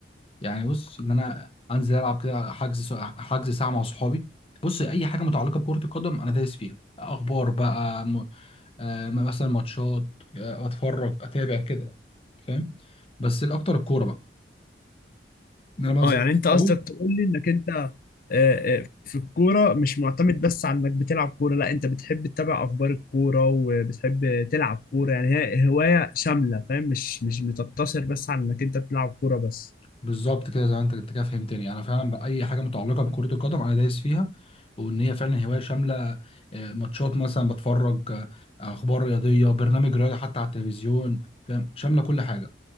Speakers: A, on the left; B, on the left.
A: يعني بص ان انا انزل العب كده حجز ساعة- حجز ساعه مع صحابي بص اي حاجه متعلقه بكره القدم انا دايس فيها اخبار بقى م... آه مثلا ماتشات آه اتفرج اتابع كده فاهم بس الاكتر الكوره بقى ان انا بنزل
B: اه يعني
A: مع
B: انت قصدك
A: صحابي
B: تقول لي انك انت آه، آه، في الكوره مش معتمد بس على انك بتلعب كوره لا انت بتحب تتابع اخبار الكوره وبتحب تلعب كوره يعني هي هوايه شامله فاهم مش مش بتقتصر بس على انك انت بتلعب كوره بس
A: بالظبط كده زي ما انت انت كده فهمتني يعني انا فعلا باي حاجه متعلقه بكره القدم انا دايس فيها وان هي فعلا هوايه شامله آه، ماتشات مثلا بتفرج آه، اخبار رياضيه برنامج رياضي حتى على التلفزيون فاهم شامله كل حاجه